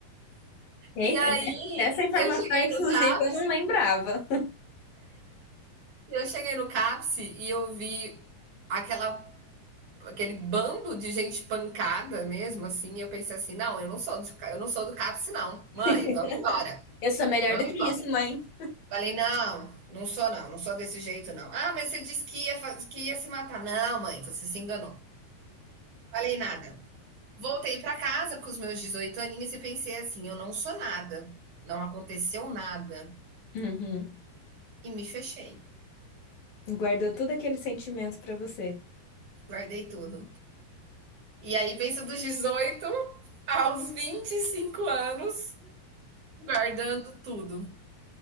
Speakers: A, on the left; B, on the right.
A: Eita,
B: E aí
A: né? Essa informação,
B: eu cheguei
A: inclusive,
B: no CAPS
A: eu não lembrava.
B: Eu cheguei no CAPS e eu vi aquela, aquele bando de gente pancada mesmo, assim. e eu pensei assim, não, eu não sou do, eu não sou do CAPS, não. Mãe,
A: <laughs>
B: vamos embora,
A: Eu sou melhor
B: vamos
A: do que
B: embora.
A: isso, mãe.
B: Falei, não, não sou não, não sou desse jeito não. Ah, mas você disse que ia, fa- que ia se matar. Não, mãe, você se enganou. Falei nada. Voltei para casa com os meus 18 aninhos e pensei assim, eu não sou nada. Não aconteceu nada.
A: Uhum.
B: E me fechei.
A: Guardou todo aquele sentimento pra você.
B: Guardei tudo. E aí pensa dos 18 aos 25 anos, guardando tudo.